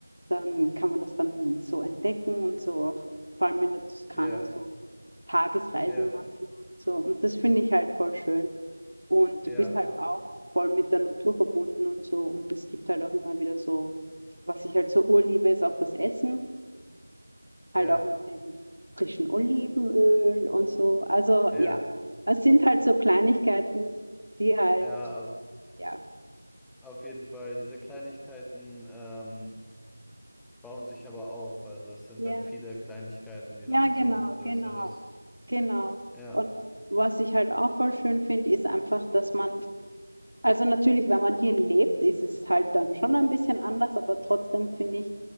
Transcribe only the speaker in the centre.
ja,
ja,
ja,
auf-
ja,
ja,
ja, aber
auf jeden Fall, diese Kleinigkeiten ähm, bauen sich aber auf. Also es sind
dann viele Kleinigkeiten, die
dann
so ein größeres,
ja.